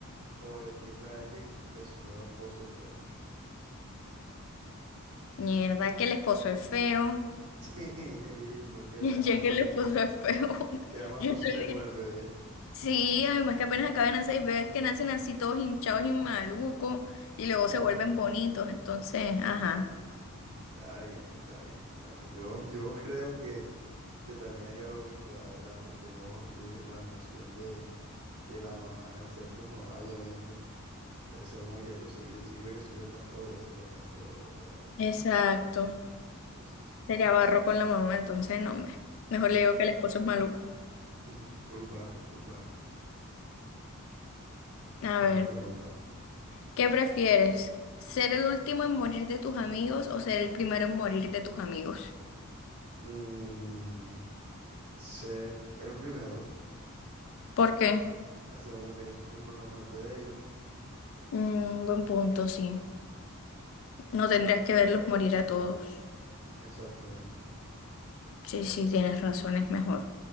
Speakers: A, on the right; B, on the left.
A: o decirle a alguien que su nuevo esposo es feo? <laughs>
B: Mierda, que el esposo es feo. <laughs>
A: Sí, porque
B: Ya
A: te da más cosi-
B: que el esposo es feo, <laughs>
A: te da más
B: yo
A: cosita
B: no le
A: con
B: diré.
A: el bebé.
B: Sí, además que apenas acaban de seis bebés que nacen así todos hinchados y malucos y
A: <laughs>
B: luego se vuelven bonitos. Entonces, ajá.
A: Mm, Está bien, está bien. Bueno, yo, yo creo que, que también haría lo mismo, la verdad, porque no, le- la emoción de, de la mamá, al ser pues mamá, obviamente, debe ser muy, entonces y decirle que su hijo está feo debe ser bastante doloroso, la verdad.
B: Exacto.
A: Sí, sí, sí.
B: Sería barro con la mamá, entonces no, hombre. Mejor
A: Sí,
B: le
A: sí.
B: digo que el esposo es maluco.
A: <laughs> Full barro, full barro.
B: A
A: Ajá,
B: ver,
A: pregúntame.
B: ¿qué prefieres? ¿Ser el último en morir de tus amigos o ser el primero en morir de tus amigos?
A: Mm, ser el primero,
B: ¿Por qué?
A: así no tendré que sufrir por la muerte de ellos.
B: Mm, buen punto, sí.
A: Sí,
B: No
A: sí.
B: tendrías que verlos morir a todos.
A: Exactamente.
B: Sí, sí, tienes razón, es mejor.